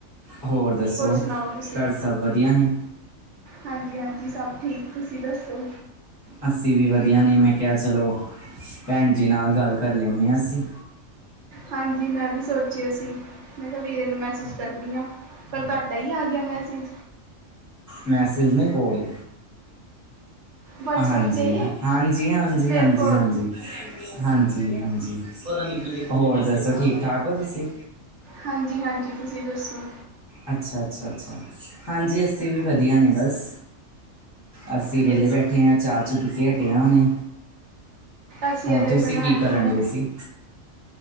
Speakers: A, on the left (about 15°); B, on the right (about 65°).
A: ਹੋਰ ਦੱਸੋ
B: ਸੁਣਾਓ ਤੁਸੀਂ
A: ਘਰ ਸਭ ਵਧੀਆ ਨੇ?
B: ਹਾਂਜੀ ਹਾਂਜੀ ਸਭ ਠੀਕ ਤੁਸੀਂ ਦੱਸੋ?
A: ਅੱਸੀ ਵੀ ਵਧੀਆ ਨੇ ਮੈਂ ਕਿਹਾ ਚਲੋ ਭੈਣ ਜੀ ਨਾਲ ਗੱਲ ਕਰ ਲੈਂਦੇ ਹਾਂ ਅਸੀਂ।
B: ਹਾਂਜੀ ਮੈਂ ਵੀ ਸੋਚਿਆ ਸੀ ਮੈਂ ਕਿਹਾ ਵੀਰੇ ਨੂੰ ਮੈਸੇਜ ਕਰਨੀ ਆ ਪਰ ਤੁਹਾਡਾ ਹੀ ਆ ਗਿਆ ਮੈਸੇਜ।
A: ਮੈਸੇਜ ਨੀ ਕੋਲ।
B: ਵਟਸਐਪ
A: ਹਾਂਜੀ
B: 'ਤੇ
A: ਹਾਂਜੀ ਹਾਂਜੀ
B: ਫਿਰ
A: ਹਾਂਜੀ
B: ਕੋਲ
A: ਹਾਂਜੀ ਹਾਂਜੀ। ਹਾਂਜੀ ਹੋਰ ਦੱਸੋ ਠੀਕ ਠਾਕ ਹੋ ਤੁਸੀਂ?
B: ਹਾਂਜੀ-ਹਾਂਜੀ ਤੁਸੀਂ ਦੱਸੋ?
A: ਅੱਛਾ-ਅੱਛਾ, ਅੱਛਾ ਹਾਂਜੀ ਅੱਸੀਂ ਵੀ ਵਧੀਆ ਨੇ ਬਸ। ਅੱਸੀ
B: ਠੀਕ
A: ਵੇਲੇ ਬੈਠੇ ਆ, ਚਾਹ ਚੂ ਪੀ ਕੇ ਹਟੇ ਆ ਹੁਣੇੇ।
B: ਅਸੀਂ
A: ਹੋਰ
B: ਹਲੇ
A: ਤੁਸੀਂ
B: ਬਣਾਣੀ
A: ਕੀ ਕਰਨ
B: ਹੈ
A: ਡਏ ਸੀ?